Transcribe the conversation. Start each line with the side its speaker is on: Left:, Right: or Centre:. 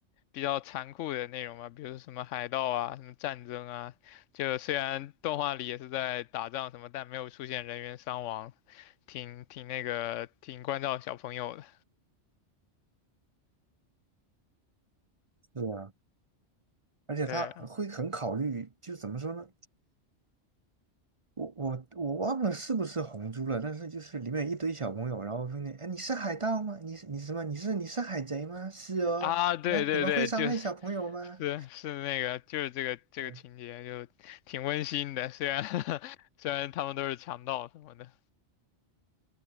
Left: 比较残酷的内容嘛，比如什么海盗啊、什么战争啊，就虽然动画里也是在打仗什么，但没有出现人员伤亡，挺挺那个挺关照小朋友的。
Right: 是啊，而且他会很考虑，
Left: 对
Right: 就怎么说呢？我我我忘了是不是红猪了，但是就是里面有一堆小朋友，然后说你，哎，你是海盗吗？你是你是什么？你是你是海贼吗？是哦，
Left: 啊，对对对，
Right: 那你们会伤害小朋友吗？
Left: 就是是是那个就是这个这个情节就挺温馨的，
Right: 对，
Left: 虽然 <laughs> 虽然他们都是强盗什么的，